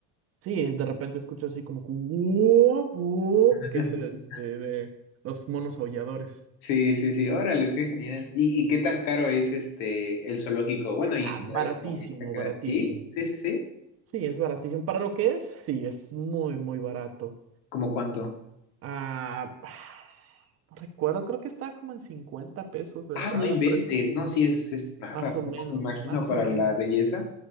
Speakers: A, on the right; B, on the left.
A: Sí, de repente escuchas así como que "Guop, guop",
B: <laughs>
A: que es este de los monos aulladores.
B: Sí, sí, sí, órale, qué genial. ¿Y, y qué tan caro es este el zoológico? Bueno, y
A: Ah,
B: en general,
A: baratísimo,
B: como viste a quedar.
A: baratísimo.
B: Sí, sí, sí, sí.
A: Sí, es baratísimo. Para lo que es, sí, es muy, muy barato.
B: ¿Cómo cuánto?
A: Ah, <sighs> no recuerdo, creo que estaba como en 50 pesos la
B: Ah,
A: entrada,
B: no inventes,
A: pero es que
B: no, sí, es, es nada,
A: más o
B: ¿no?
A: menos,
B: Me imagino
A: más
B: para
A: o menos.
B: la belleza.